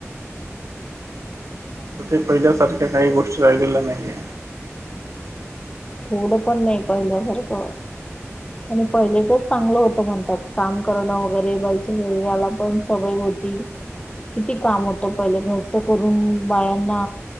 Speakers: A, on the right (about 80°); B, on the left (about 20°).
A: तर ते पहिल्यासारख्या काही गोष्टी राहिलेल्या नाहीये.
B: थोडं पण नाही पहिल्यासारखं. आणि पहिलेचच चांगलं होतं मणतात काम करण वगिरे बाईच्या व्याला पण सवय होती. किती काम होत पइले घरचं करून बायांना